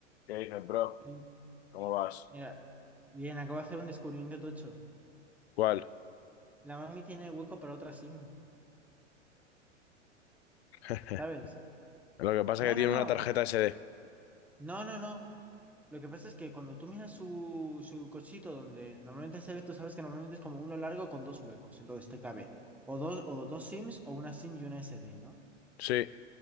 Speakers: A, on the left; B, in the centre.
A: ¿Qué dices, bro?
B: Ey,
A: ¿Cómo vas?
B: Mira, bien, acabo de hacer un descubrimiento tocho.
A: ¿Cuál?
B: La mami tiene hueco para otra SIM,
A: <laughs>
B: ¿sabes?
A: Lo que pasa
B: No,
A: es que
B: no,
A: tiene
B: no,
A: una tarjeta SD.
B: no, no, no. Lo que pasa es que cuando tú miras su, su cochito donde normalmente se ve, tú sabes que normalmente es como uno largo con dos huecos, entonces te cabe o dos, o dos SIMs o una SIM y una SD, ¿no?
A: Sí,